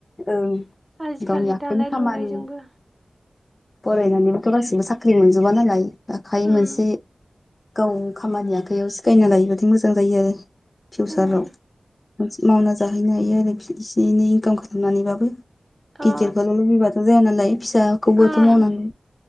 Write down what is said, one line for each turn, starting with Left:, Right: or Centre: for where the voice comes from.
Left: ओं
Right: आजिखालि
Left: गावनि आखाइनि
Right: दानाय
Left: खामानि।
Right: लुनायजोंबो
Left: फरायनानैबोथ' गासिबो साख्रि मोनजोबा नालाय आखाय
Right: उम
Left: मोनसे गाव खामानि आखाइयाव सिखायना लायोबाथाय मोजां जायो आरो फिउसाराव।
Right: उम
Left: मावना जाहैनो हायो आरो बिदियैनो एसे एनै इनकाम खालामनानैबाबो
Right: अ
Left: गिदिरखौल' लुबैबा जाया नालाय फिसाखौबोथ'
Right: ओं
Left: मावनांगौ